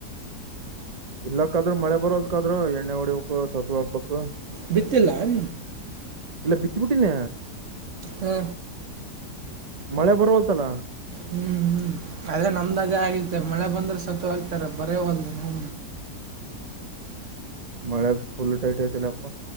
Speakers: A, on the right (about 30°); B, on the right (about 55°).
A: ಇಲ್ಲಕ್ಕ ಆದ್ರೂ ಮಳೆ ಬರೋದಕಾದ್ರೂ ಎಣ್ಣೆ ಹೊಡಿಬೇಕು ಸತ್ ಆಗ್ಬೇಕು.
B: ಬಿತ್ತಿಲ್ಲ ಹ.
A: ಇಲ್ಲ ಬಿತ್ತಬಿಟ್ಟೀಿನ.
B: ಹ್ಮ.
A: ಮಳೆ ಬರವಲ್ತ ಅಲ್ಲ.
B: ಹ್ಮ್ ಹ್ಮ್ ಅದೇ ನಮ್ದ್ ಅದೇ ಆಗಿತ್ತ ಮಳೆ ಬಂದ್ರೆ ಸತ್ ಹ್ತಾರ ಬರೇ ಹೋದ ನೋ
A: ಮಳೆ ಫುಲ್ ಟೈಟ್ ಐತಿಲ್ಲ ಅಪ್ಪ.